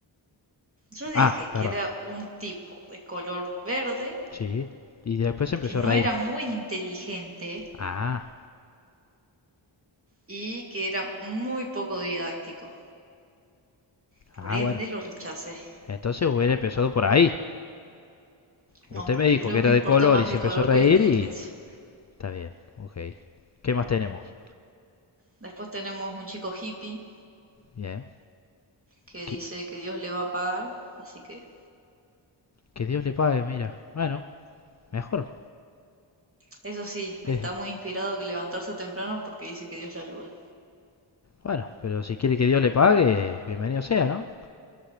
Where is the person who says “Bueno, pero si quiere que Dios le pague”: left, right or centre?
Left